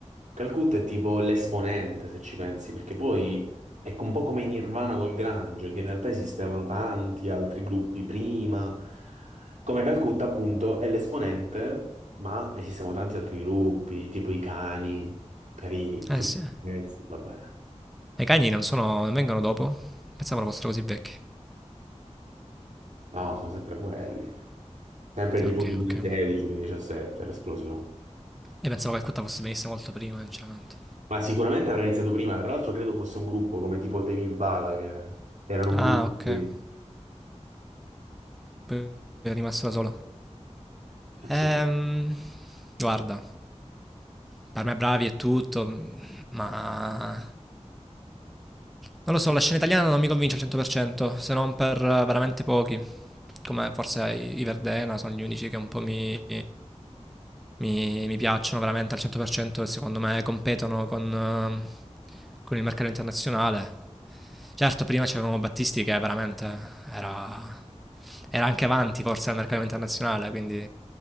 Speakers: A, on the right (about 85°); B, in the centre.
A: Calcutta è tipo l'esponente, se ci pensi, perché poi... Ecco, un po' come in Nirvana col Grunge, che in realtà esistevano tanti altri gruppi prima, come Calcutta appunto è l'esponente, ma esistevano tanti altri gruppi, tipo i cani, carini,
B: Eh
A: Superstessi,
B: sì. eh.
A: vabbè,
B: Ma i cagni non sono, non vengono dopo? Pensavo fossero così vecchi.
A: no, sono sempre quelli, sempre tipo
B: Ok,
A: 2016-2017,
B: ok.
A: l'esplosione.
B: E pensavo che il Cutta fosse venisse molto prima, sinceramente.
A: Ma sicuramente avrà iniziato prima, tra l'altro credo fosse un gruppo come tipo Tame Impala, che erano un
B: Ah,
A: gruppo,
B: ok.
A: che-
B: Poi è rimasto da solo. Ehm,
A: sì,
B: guarda, per me bravi e tutto, ma Non lo so, la scena italiana non mi convince al 100%, se non per eh, veramente pochi, come forse i i Verdena sono gli unici che un po' mi, mi- mi piacciono veramente al 100% e secondo me competono con, eh, con il mercato internazionale. Certo, prima c'avevamo Battisti che veramente era, era anche avanti forse al mercato internazionale, quindi